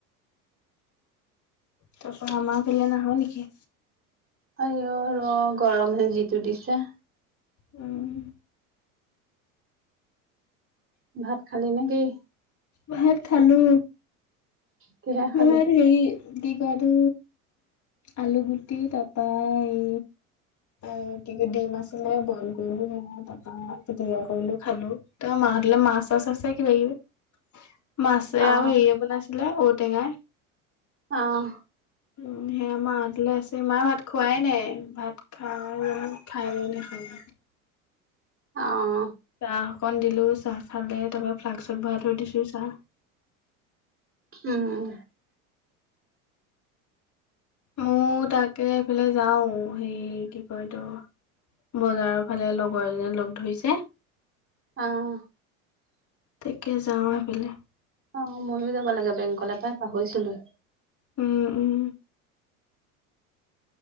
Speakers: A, on the left; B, on the right.
A: তাৰপৰা আমাৰ ফালে নাহ নেকি?
B: আই অ', ৰ গৰমে হে যিটো দিছে।
A: উম।
B: ভাত খালী নেকি?
A: ভাত খালো।
B: কিহে খালি
A: ঘৰত হেৰি কি কয় এইটো আলু গুটি তাপা এই এ কি কি দিম আছিলে বইল কৰিলো সেয়া তাৰ পা পিতিকা কৰিলো খালো তাৰ পা ম ৰাতিলে মছ চাছ আছ কিব কিবি। মাছে
B: অ
A: আৰু হেৰিয়ে বনাইছিলে ঔটেঙাই।
B: আহ।
A: উ সেই আমাৰ ৰাতিলৈ আছে মায় ভাত খোৱাই নাই ভাত খাই খাই নখা <unintelligible>
B: অ'।
A: চাহ অকন দিলো চাহ খালে তাপা ফ্লাক্সক ভৰা থৈ দিছো চাহ।
B: উম।
A: মোৰ তাকে এইফালে যাও সেই কি কয় তো বজাৰৰ ফালে লগৰ এজননি লগ ধৰিছে।
B: অ'।
A: তিয়কে যাওঁ সেইফালে।
B: অ', ময়ো যাব লাগে বেংক পাই পাহৰিছিলোৱেই।
A: উম উম।